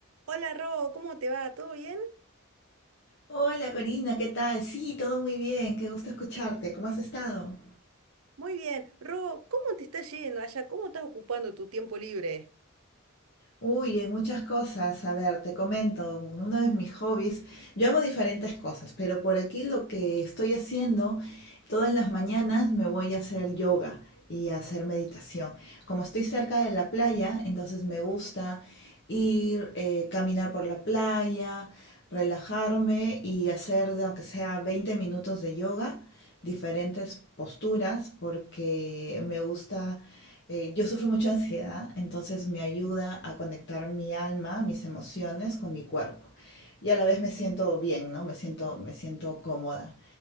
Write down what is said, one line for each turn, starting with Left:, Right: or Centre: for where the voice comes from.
Right: Hola Ro, ¿cómo te va? ¿Todo bien?
Left: Hola Corina, ¿qué tal? Sí, todo muy bien, qué gusto escucharte. ¿Cómo has estado?
Right: Muy bien. Ro, ¿cómo te está yendo allá? ¿Cómo estás ocupando tu tiempo libre?
Left: Uy, en muchas cosas. A ver, te comento, uno de mis hobbies, yo hago diferentes cosas, pero por aquí lo que estoy haciendo, todas las mañanas me voy a hacer yoga y a hacer meditación. Como estoy cerca de la playa, entonces me gusta ir, eh, caminar por la playa, relajarme y hacer, de aunque sea 20 minutos de yoga, diferentes posturas, porque me gusta eh, yo sufro mucha ansiedad, entonces me ayuda a conectar mi alma, mis emociones con mi cuerpo. Y a la vez me siento bien, ¿no? Me siento, me siento cómoda.